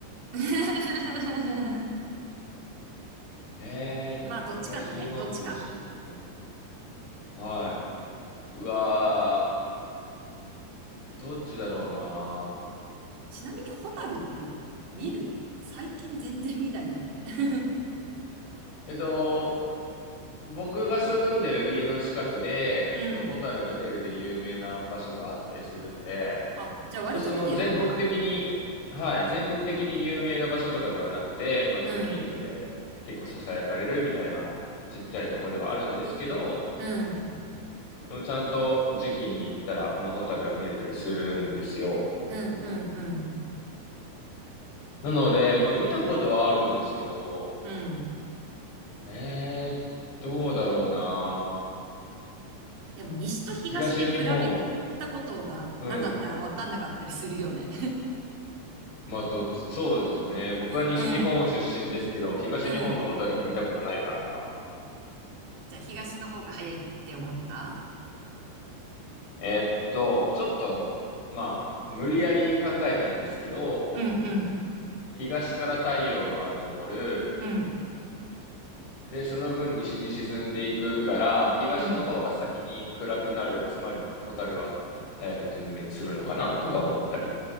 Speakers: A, on the right; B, on the left.
A: <laughs>
B: <laughs> ええ東日本と西日本。
A: まあ、どっちかね、どっちか。
B: はい。うわー、どっちだろうな。
A: ちなみに、ホタルって見る最近全然見ないよね。<laughs>
B: えっと、僕が住んでる家の近くで、
A: うん。
B: そのホタルが出るで有名な場所があったりするので、
A: あ、じゃあ割と見てるんだ。
B: まあ、その全国的に、はい、全国的に有名な場所とかではなくて、まあ、その近所で結構ささやかれるみたいなちっちゃいとこではあるんですけど、
A: うん、うん、
B: うんちゃんと時期に行ったら、まあ、ホタルは見れたりするんですよ。
A: うん、うん、う
B: なので、まあ、見たことはあるんですけど、
A: ん、うん。
B: えー、どうだろうな。
A: でも、西と東で比べたことがなかったら分かんなかったりするよね。
B: 東日本、うん。まあ、どっち、そうですね。僕は西日本出身ですけど、
A: <laughs> うん、
B: 東日本のホタルは見たことないからな。
A: うん。じゃあ、東の方が早いって思った
B: えーっと、ちょっと、まあ、無理やり考えたんですけど、
A: うん、うん、
B: 東から太陽が昇る、
A: うん、
B: で、その分西に沈んでいくから、東の方が先に暗くなる、
A: うん、
B: つまり蛍は早く点滅するのかなとか思ったり。